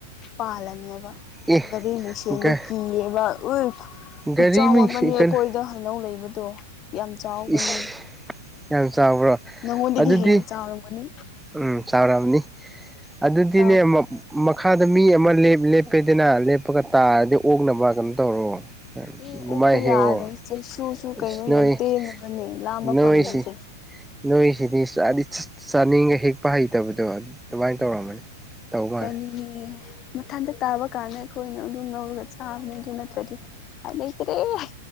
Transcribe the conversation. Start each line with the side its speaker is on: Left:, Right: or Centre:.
Left: ꯄꯥꯜꯂꯅꯦꯕ
Centre: ꯑꯦ
Left: ꯒꯔꯤ ꯃꯤꯡꯁꯦꯜꯗꯨ
Centre: ꯒ
Left: ꯀꯤꯌꯦꯕ ꯎ
Centre: ꯒꯥꯔꯤ
Left: ꯈꯨꯠꯆꯥꯎ
Centre: ꯃꯤꯡꯁꯤ
Left: ꯑꯃꯅꯤ ꯑꯩꯈꯣꯏꯗ
Centre: ꯀꯩꯅꯣ
Left: ꯍꯩꯅꯧ ꯂꯩꯕꯗꯣ ꯌꯥꯝ ꯆꯥꯎꯕꯅꯤ
Centre: ꯏꯁ ꯌꯥꯝ ꯆꯥꯎꯕ꯭ꯔꯣ
Left: ꯅꯪꯉꯣꯟꯗꯒꯤ
Centre: ꯑꯗꯨꯗꯤ
Left: ꯍꯦꯟꯅ ꯆꯥꯎꯔꯝꯒꯅꯤ
Centre: ꯎꯝ ꯆꯥꯎꯔꯝꯅꯤ ꯑꯗꯨꯗꯤꯅꯦ
Left: ꯆꯥꯎꯋꯦ
Centre: ꯃꯥ ꯃꯥ ꯥꯃꯈꯥꯗ ꯃꯤ ꯑꯃ ꯂꯦꯞꯄꯦꯗꯅ ꯂꯦꯞꯄꯒ ꯇꯥꯔꯗꯤ ꯑꯣꯛꯅꯕ ꯀꯩꯅꯣ ꯇꯧꯔꯣ
Left: ꯃꯤ
Centre: ꯑꯗꯨꯃꯥꯏ
Left: ꯑꯣꯛꯄ
Centre: ꯍꯦꯛꯑꯣ
Left: ꯌꯥꯔꯣꯏ ꯆꯩꯁꯨꯨꯁꯨ
Centre: ꯏꯁ
Left: ꯀꯩꯅꯣ
Centre: ꯅꯣꯏ
Left: ꯌꯥꯝ ꯄꯦꯜꯂꯕꯅꯦ ꯂꯥꯝꯕ
Centre: ꯅꯣꯏꯁꯤ
Left: ꯐꯪꯗ꯭ꯔꯤꯁꯦ
Centre: ꯅꯣꯏꯁꯤꯗꯤ ꯆꯥꯗꯤ ꯆꯥꯅꯤꯡꯉ ꯍꯦꯛꯄ ꯍꯩꯇꯕꯗꯣ ꯑꯗꯨꯃꯥꯏ ꯇꯧꯔꯝꯃꯅꯤ ꯇꯧ ꯃꯥꯜꯂꯦ
Left: ꯆꯥꯅꯤꯡꯉꯦ ꯃꯊꯟꯇ ꯇꯥꯕ ꯀꯥꯟꯗ ꯑꯩꯈꯣꯏꯅ ꯑꯗꯨꯝ ꯂꯧꯔꯒ ꯆꯥꯕꯅꯦ ꯑꯗꯨ ꯅꯠꯇ꯭ꯔꯗꯤ ꯎꯄꯥꯏ ꯂꯩꯇ꯭ꯔꯦ ꯍꯦ ꯍꯦ